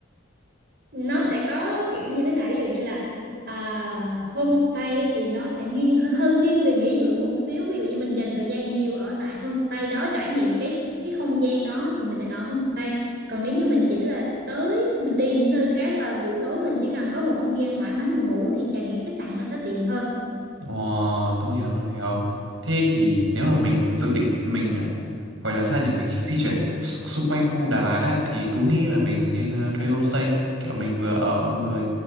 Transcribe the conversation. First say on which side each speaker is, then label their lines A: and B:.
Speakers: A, on the right (about 60°); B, on the right (about 90°).
A: nó sẽ có kiểu như thế này ví dụ như là à, homestay á thì nó sẽ nghiêng hơi, hơi nghiêng về nghỉ dưỡng một xíu ví dụ như mình dành thời gian nhiều ở tại homestay đó trải nghiệm cái cái không gian đó thì mình nên ở homestay còn nếu như mình chỉ là tới mình đi những nơi khác và buổi tối mình chỉ cần có một không gian thoải mái mình ngủ thì trà nghĩ khách sạn nó sẽ tiện hơn
B: Ồ, tôi hiểu, tôi hiểu. Thế thì nếu mà mình dự định mình à, gọi là sao nhỉ, mình di chuyển xu- xung quanh khu Đà Lạt á thì tôi nghĩ là mình nên à, thuê homestay, kiểu mình vừa ở vừa